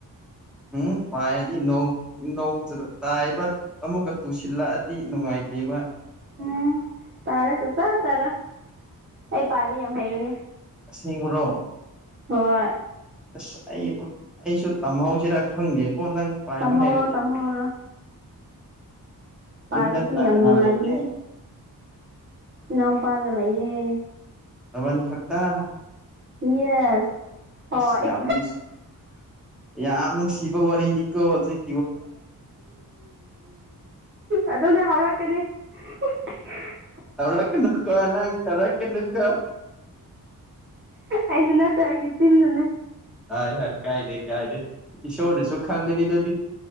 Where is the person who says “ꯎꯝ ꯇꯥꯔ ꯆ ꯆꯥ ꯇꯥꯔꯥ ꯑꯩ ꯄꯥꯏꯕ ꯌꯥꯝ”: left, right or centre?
Right